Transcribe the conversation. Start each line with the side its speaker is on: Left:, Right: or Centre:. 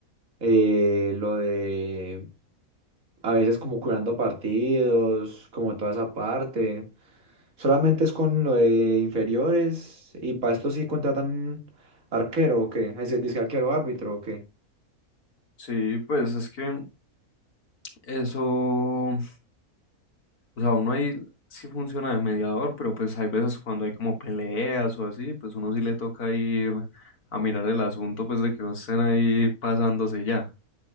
Right: eh, lo de a veces como curando partidos, como toda esa parte. Solamente es con lo de inferiores y para esto sí contratan arquero o qué, es decir, disque arquero árbitro o qué.
Left: Sí, pues es que eso, o sea, uno ahí sí funciona de mediador, pero pues hay veces cuando hay como peleas o así, pues uno sí le toca ir a mirar el asunto, pues de que no estén ahí pasándose ya.